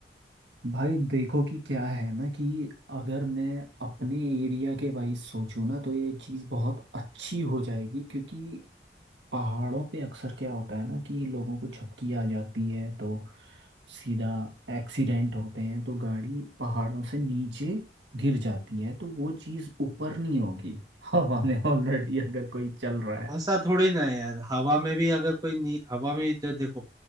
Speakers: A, on the right; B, on the right.
A: भाई देखो कि क्या है ना कि अगर मैं अपने एरिया के वाइज सोचूं ना तो ये चीज़ बहुत अच्छी हो जाएगी क्योंकि पहाड़ों पे अक्सर क्या होता है ना कि लोगों को झपकी आ जाती है तो सीधा एक्सीडेंट होते हैं तो गाड़ी पहाड़ों से नीचे गिर जाती है तो वो चीज़ ऊपर नहीं होगी <laughs> हवा में ऑलरेडी अगर कोई चल रहा है
B: ऐसा थोड़ी ना है यार हवा में भी अगर कोई नी, हवा में जो देखो